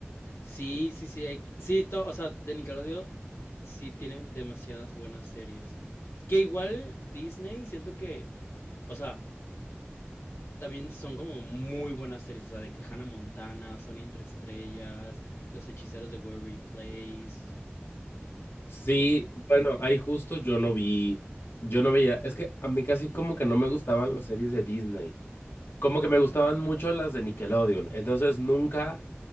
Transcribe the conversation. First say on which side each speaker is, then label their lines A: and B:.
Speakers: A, on the left; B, on the left.
A: Sí, sí, sí, hay- sí, to- o sea, de Nickelodeon sí tiene demasiadas buenas series. Que igual Disney, siento que, o sea, también son como muy buenas series, o sea, de que Hannah Montana, Sony entre estrellas, Los hechiceros de Waverly Place,
B: Sí,
A: como que,
B: bueno, ahí justo yo no vi, yo no veía, es que a mí casi como que no me gustaban las series de Disney, como que me gustaban mucho las de Nickelodeon, entonces nunca